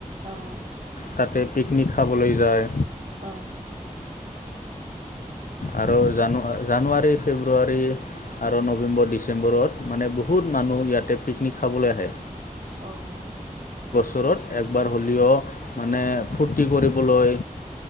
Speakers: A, on the right; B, on the left.
A: আহ
B: তাতে পিকনিক খাবলৈ যায়।
A: অহ
B: আৰু জান জানুৱাৰী, ফেব্ৰুৱাৰী আৰু নৱেম্বৰ ডিচেম্বৰত মানে বহুত মানুহ ইয়াতে পিকনিক খাবলৈ আহে।
A: অ'
B: ওচৰত একবাৰ হ'লিও মানে ফূৰ্তি কৰিবলৈ